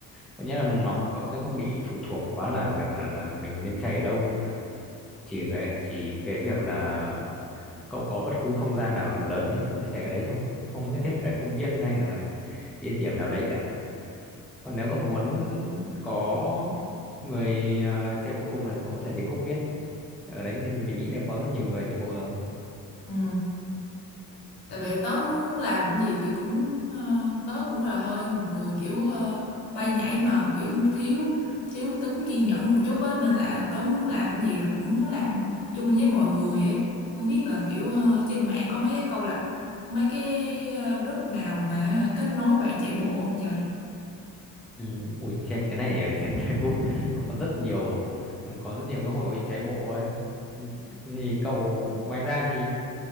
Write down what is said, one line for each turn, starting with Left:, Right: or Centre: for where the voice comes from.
Centre: có nghĩa là nó cậu sẽ không bị phụ thuộc quá là việc là mình nên chạy ở đâu chỉ cái chỉ cái việc là cậu có bất cứ không gian nào đủ lớn thì có thể chạy ở đấy thôi chứ không nhất thiết phải công viên hay là địa điểm nào đấy cả còn nếu cậu muốn có người ờ, chạy bộ cùng thì cậu có thể đến công viên ở đấy thì mình nghĩ là có rất nhiều người chạy bộ rồi
Left: Ừ. tại vì tớ muốn làm cái gì thì cũng ờ, tớ cũng là hơi một người kiểu ờ, bay nhảy mà kiểu cũng thiếu thiếu tính kiên nhẫn một chút á nên là tớ muốn làm cái gì là cũng muốn làm chung với mọi người ấy không biết là kiểu ờ, trên mạng có mấy cái câu lạc mấy cái ờ, group nào mà hả, kết nối bạn chạy bộ không trời
Centre: ừ, ui trên cái này ở trên <laughs> Facebook có rất nhiều ừ, có rất nhiều cái hội chạy bộ đấy Ừ, thì cậu ngoài ra thì